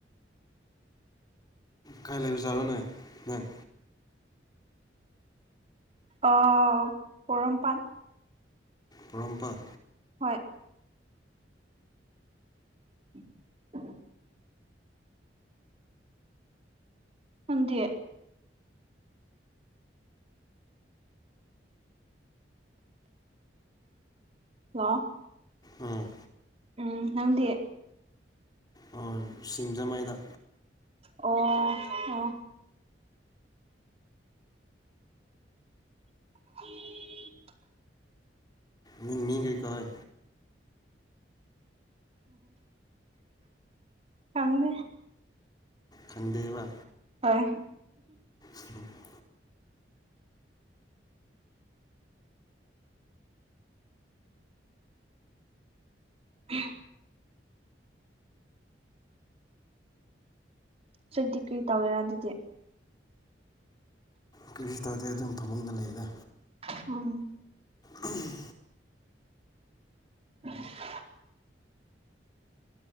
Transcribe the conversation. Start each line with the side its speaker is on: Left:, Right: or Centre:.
Left: ꯀꯥꯏ ꯂꯩꯕꯖꯥꯠꯅꯣꯅꯦ ꯅꯪ
Right: ꯑ ꯄꯔꯝꯄꯠ
Left: ꯄꯣꯔꯣꯝꯄꯥꯠ
Right: ꯍꯣꯏ <unintelligible> ꯅꯪꯗꯤ ꯂꯥꯛꯑꫭ
Left: ꯎꯝ
Right: ꯎꯝ ꯅꯪꯗꯤ
Left: ꯑꯣ ꯁꯤꯡꯖꯃꯩꯗ
Right: ꯑꯣ ꯑꯣ <unintelligible>
Left: ꯅꯪ ‌ꯃꯤꯡ ꯀꯩ‌‌ ꯀꯧꯋꯤ
Right: ꯀꯪꯗꯦ
Left: ꯈꯪꯗꯦꯕ
Right: ꯍꯣꯏ
Left: <unintelligible>
Right: <unintelligible> ꯁꯗꯤ <unintelligible> ꯀꯔꯤ ꯇꯧꯋꯦꯔꯥ ꯑꯗꯨꯗꯤ
Left: ꯀꯔꯤ ꯁꯨ ꯇꯥꯎꯗꯤ ꯑꯗꯨꯝ ꯐꯃꯨꯡꯗꯥ ꯂꯩꯗ
Right: ꯎꯝ
Left: ꯎꯝ
Right: <inaudible>